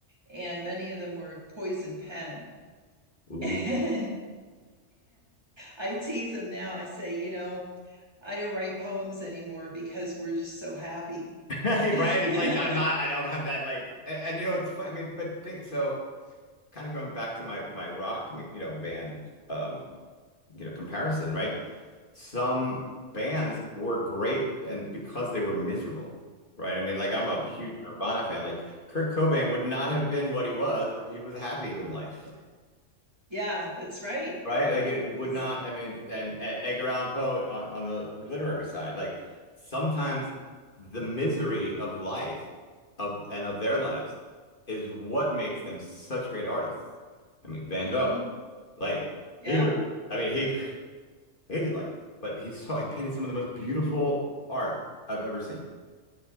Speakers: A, on the right; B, on the left.
A: and many of them were poison pen. <laughs>
B: Ooh.
A: and I tease him now. I say, you know, I don't write poems anymore because we're just so happy.
B: <laughs> Hey,
A: <laughs> mm-hmm.
B: Brian, it's like I'm not. I don't have that like. And, and you know, it's funny. I mean, but think so. Kind of going back to my my rock, you know, band um you know comparison, right? Some bands were great and because they were miserable, right? I mean, like I'm a huge Nirvana fan. Like Kurt Cobain would not have been what he was if he was happy with life.
A: Yeah, that's right.
B: Right?
A: Yeah.
B: Like it would
A: That's,
B: not, I mean, and E- Edgar Allan Poe on, on the literary side, like sometimes the misery of life of and of their lives is what makes them such great artists. I mean, Van
A: mm-hmm.
B: Gogh, like
A: Yeah.
B: he was, I mean, he <laughs> hated life, but he saw he painted some of the most beautiful art I've ever seen.